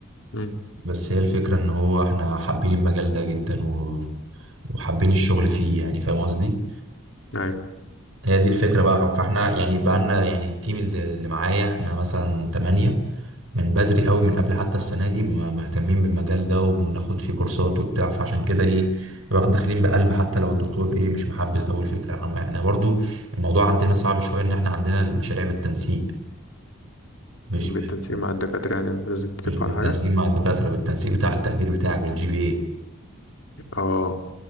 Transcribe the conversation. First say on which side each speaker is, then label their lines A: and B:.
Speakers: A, on the left (about 70°); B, on the right (about 75°).
A: امم
B: بس هي الفكرة ان هو احنا حابين المجال ده جدا و... وحابين الشغل فيه يعني فاهم قصدي؟
A: أيوة
B: هي دي الفكرة بقى فاحنا يعني بقالنا يعني التيم اللي اللي معايا احنا مثلا تمانية من بدري قوي من قبل حتى السنة دي م- مهتمين بالمجال ده وبناخد فيه كورسات وبتاع فعشان كده ايه داخلين بقلب حتى لو الدكتور ايه مش محبذ قوي الفكرة يعني احنا برضو الموضوع عندنا صعب شوية ان احنا عندنا المشاريع بالتنسيق مش
A: بالتنسيق
B: بال...
A: مع الدكاترة يعني لازم تتفق
B: مش بالتنسيق
A: على حاجة
B: مع الدكاترة بالتنسيق بتاع التقدير بتاعك بالجي بي اي
A: اه